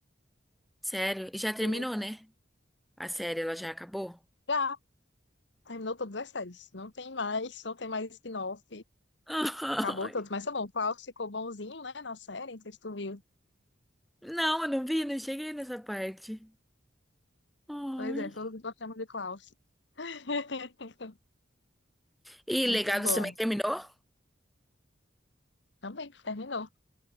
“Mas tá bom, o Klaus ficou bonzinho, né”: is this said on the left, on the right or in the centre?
Left